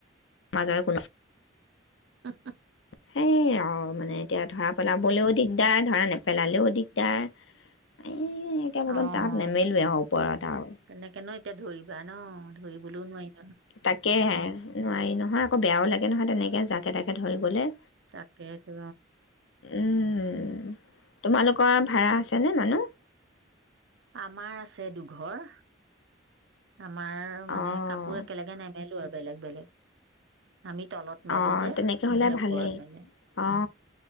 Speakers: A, on the left; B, on the right.
A: মাজৰ কোনো
B: উ
A: সেয়ে আৰু মানে এতিয়া ধৰা পেলাবলৈও দিগদাৰ ধৰা নেপেলালেও দিগদাৰ এ একে ব্ত
B: অ
A: তাত নেমেলোৱে আৰু ওপৰত এটা আৰু
B: তেনেকে ন এতিয়া ধৰিবা ন ধৰিবলৈও নোৱাৰিম
A: তাকেে নোৱাৰি নহয় আকৌ বেয়াও লাগে নহয় তেনেকৈ জাকে তাকে ধৰিবলৈ
B: তাকে তো
A: উম তোমালোকৰ ভাড়া আছেনে মানুহ
B: আমাৰ আছে দুঘৰ আমাৰ মানে
A: অঁ
B: কাপোৰ একেলগে নেমেলো আৰু বেলেগ বেলেগ আমি তলত মেলো
A: অ
B: যে
A: তেনেকে হলে
B: এহতে ওপৰত
A: ভালেই
B: মেলে
A: অ অ